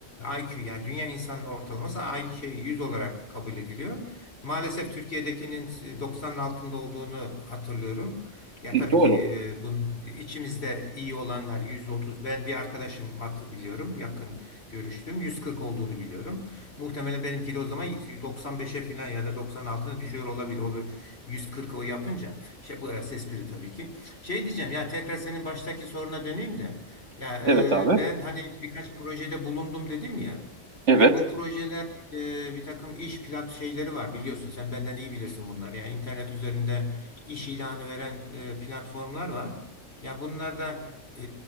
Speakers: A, on the left; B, on the right.
A: IQ yani dünya insanının ortalaması ay- şey 100 olarak kabul ediliyor. Maalesef Türkiye'dekinin 90'ın altında olduğunu hatırlıyorum. Ya
B: <laughs>
A: tabii
B: Doğru.
A: ki e, bunun içimizde iyi olanlar 130. Ben bir arkadaşım hattı biliyorum. Yakın görüştüm. 140 olduğunu biliyorum. Muhtemelen benimki de o zaman 95'e falan ya da 96'na düşüyor olabilir. O bir 140 o yapınca. Şey, bu arası espri tabii ki. Şey diyeceğim ya tekrar senin baştaki soruna döneyim de. Ya
B: Evet abi.
A: e, ben hani birkaç projede bulundum dedim ya.
B: Evet.
A: Yani bu projeler e, bir takım iş plat şeyleri var biliyorsun sen benden iyi bilirsin bunları. Yani internet üzerinde iş ilanı veren e, platformlar var. Ya bunlardan e,